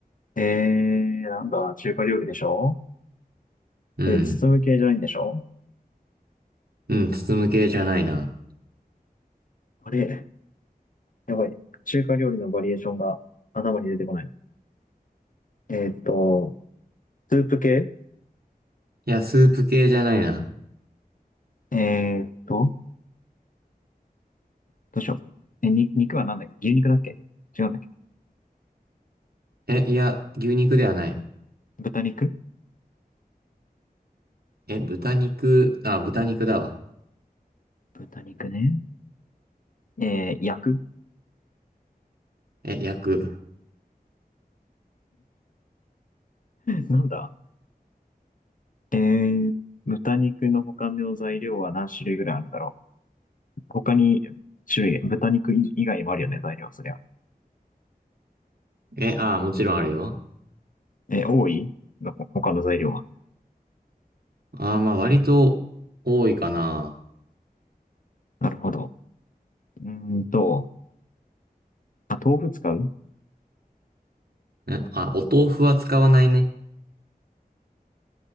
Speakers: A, on the left; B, on the right.
A: えー、なんだ、中華料理でしょ
B: うん。
A: で、包む系じゃないんでしょ
B: うん、包む系じゃないな。
A: あれ、やばい。中華料理のバリエーションが頭に出てこない。えーっと、スープ系
B: いや、スープ系じゃないな。
A: えーっと、どうしよう。え、に、肉はなんだっけ牛肉だっけ違うんだっけ
B: え、いや、牛肉ではない。
A: 豚肉
B: え、豚肉、あ、豚肉だわ。
A: 豚肉ね。えー、焼くん
B: え、焼く。
A: なんだえー、豚肉の他の材料は何種類ぐらいあるんだろう他に種類、豚肉以以外にもあるよね、材料、そりゃ。
B: え、あもちろんあるよ。
A: えー、多いのほ他の材料は。
B: ああ、まあ、割と多いかな。
A: なるほど。うーんと、あ、豆腐使う
B: え、あ、お豆腐は使わないね。